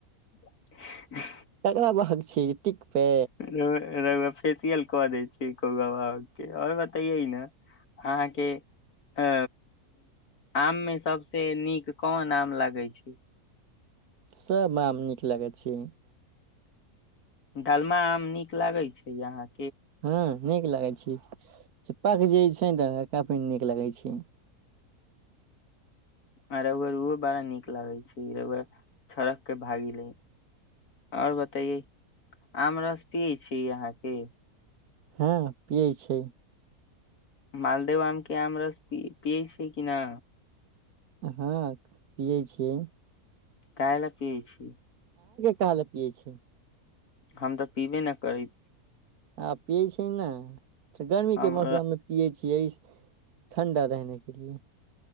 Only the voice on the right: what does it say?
तरा भाग छीिय कटिक पे
सब हम नीक लगै छी
हँ नीक लागै छै पक जे छै ने त काफी नीक लागै छै
हँ पी छै
हँ पियै छियै
ताल पियए छी
आ पियै छै ने तऽ गर्मीके
मौसममे पियै छियै ठण्डा रहने के लिए